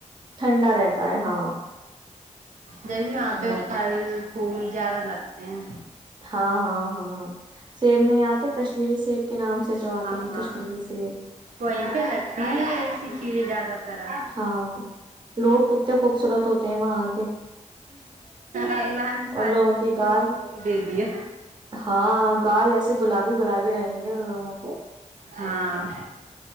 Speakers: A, on the right (about 35°); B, on the right (about 80°).
A: ٹھنڈا رہتا ہے ہاں
B: ہ جی وہاں
A: ٹھنڈا
B: پہ
A: تھا
B: پل پھول زیادہ لگتے ہیں
A: ہاں ہاں ہاں سیب نہیں آتے کشمیری سیب کے نام سے جو آتے
B: ہاں
A: ہیں کشمیری سیب
B: وہیں پہ لگتے ہیں یہ ایسی چیزیں زیادہ تر
A: ہاں لوگ کتنے خوبصورت ہوتے ہیں وہاں کے
B: اللہ نے ساری
A: ان لوگوں
B: خص
A: کے
B: کی
A: گال
B: اد ہی دے دی ہے
A: ہاں گال ایسے گلابی گلابی رہیں گے ان لوگوں کے
B: ہاں